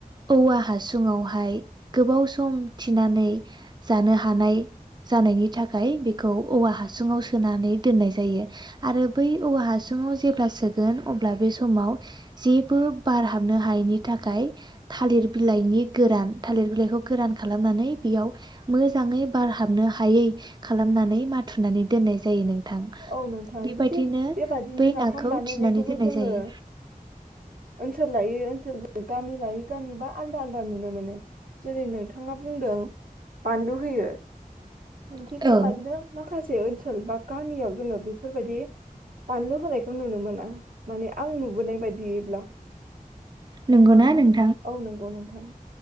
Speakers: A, on the right; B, on the right.
A: औवा हासुङावहाय गोबाव सम थिनानै जानो हानाय जानायनि थाखाय थाखाय बेखौ औवा हासुङाव सोनानै दोननाय जायो आरो बै औवा हासुङाव जेब्ला सोगोन अब्ला बे समाव जेबो बार हाबनो हायैनि थाखाय थालिर बिलाइनि गोरान थालिर बिलाइखौ गोरान खालामनानै बेयाव मोजाङै बारहाबनो हायै खालामनानै माथुनानै दोननाय जायो नोंथां
B: औ नोंथां
A: बेबायदिनो
B: थिग बेबादिनो
A: बै
B: नाफाम
A: नाखौ
B: बानायनायखौबो
A: थिनानै दोननाय
B: जोङो
A: जायो।
B: ओनसोल लायै ओनसोल गामि लायै गामिबा आलदा आलदा नुनो मोनो जेरै नोंथाङा बुंदों बानलु होयो।
A: औ
B: थिक बेबादिनो माखासे ओनसोल ओनसोल बा गामियाव जोङो बेफोरबायदि बानलु होनायखौ नुनो मोना माने आं नुबोनाय बायदियैब्ला
A: नोंगौना नोंथां
B: औ नंगौ नोंथां